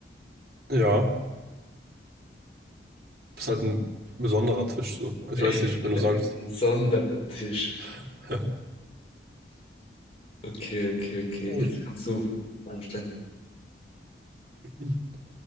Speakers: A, on the right; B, on the left.
A: Ja, ist halt ein besonderer Tisch so.
B: <laughs>
A: Ich
B: Ein
A: weiß nicht, wenn du sagst.
B: besonderer Tisch.
A: <laughs>
B: Okay, okay, okay.
A: Also,
B: Jetzt kannst du Fragen stellen.
A: <clears throat>